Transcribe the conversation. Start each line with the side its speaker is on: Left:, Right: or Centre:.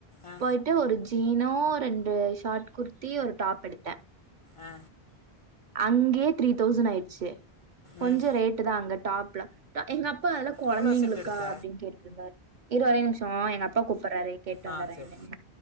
Left: ஆ,
Right: போயிட்டு ஒரு ஜீனோ ரெண்டு ஷார்ட் குர்த்தி ஒரு டாப் எடுத்தேன்
Left: ஆ,
Right: அங்கே த்ரீ தௌசண்ட் ஆயிடுச்சு கொஞ்சொ
Left: ம்
Right: ரேட்டு தான் அங்க டாப்ல எங்க அப்பால கொழந்தைங்களுக்கா
Left: எவ்வளோ செட் எடுத்த
Right: அப்டின்னு கேட்டுருந்தாரு இரு ஒரே நிமிஷம் எங்க அப்பா கூப்பிறாரு கேட்டு
Left: ஆ
Right: வந்தறேன்
Left: சரி
Right: என்னன்னு